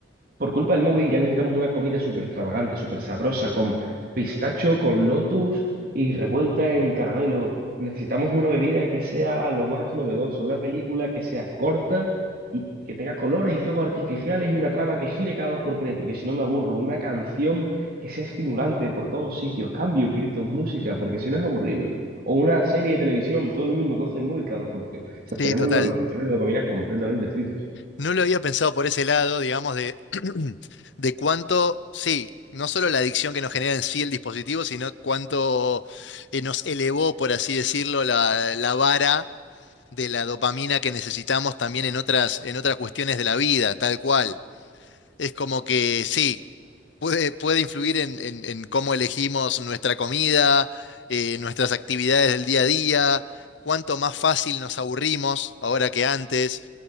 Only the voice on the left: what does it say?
sí,
total.
No lo había pensado por ese lado, digamos, de, <clears throat> de cuánto, sí, no solo la adicción que nos genera en sí el dispositivo, sino cuánto eh, nos elevó, por así decirlo, la, la vara de la dopamina que necesitamos también en otras, en otras cuestiones de la vida, tal cual. Es como que sí, puede, puede influir en, en- en cómo elegimos nuestra comida, eh, nuestras actividades del día a día, cuánto más fácil nos aburrimos ahora que antes.